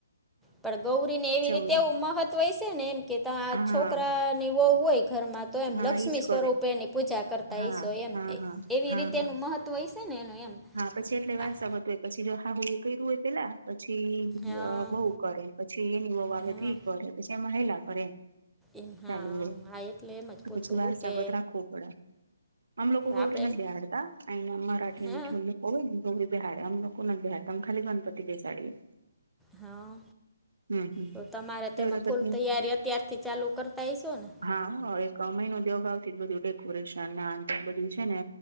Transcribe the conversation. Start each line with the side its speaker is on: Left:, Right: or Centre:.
Centre: પણ ગૌરીને એવી રીતે
Right: હોય
Centre: એવું મહત્વ છે ને એમ કે ત આ
Right: હા
Centre: છોકરાની બહુ હોય ઘરમાં તો એમ
Right: હા
Centre: લક્ષ્મી
Right: એજ
Centre: સ્વરૂપેની
Right: કરે
Centre: પૂજા કરતા
Right: હા
Centre: ઈશો એમ
Right: હા હા
Centre: એવી
Right: હા
Centre: રીતે
Right: હા
Centre: મહત્ત્વ છે ને એનું એમ
Right: હા પછી એટલે વાત
Centre: આ
Right: સાત હોય પછી જો હા હું એ કર્યું હોય પેલા પછી
Centre: હં
Right: બઉ કરે પછી એની બહુ આવે
Centre: હા
Right: તો ઈ કરે પછી એમાં હેલા કરે.
Centre: એમ હા
Right: ચાલુ હોય
Centre: હા એટલે એમ જ
Right: તો
Centre: પૂછું
Right: પછી વારસાગત
Centre: હું કે
Right: રાખવો પડે. અમ લોકો ગૌરી
Centre: આપણે
Right: નથી
Centre: એમ
Right: દહાડતા એને મરાીને
Centre: હે
Right: કોય ને બહારે અમ લોકો નથી બહાર તમે ખાલી ગણપતિ બેસાડીએ.
Centre: હા
Right: હમ હમ
Centre: તો તમારે
Right: તો
Centre: તેમે ફૂલ
Right: પછી
Centre: તૈયારી અત્યારથી ચાલુ કરતા હઈશો ને.
Right: હા એક અમય ન દગ આવતી બધું ડેકોરેશન ના બધું છે ને.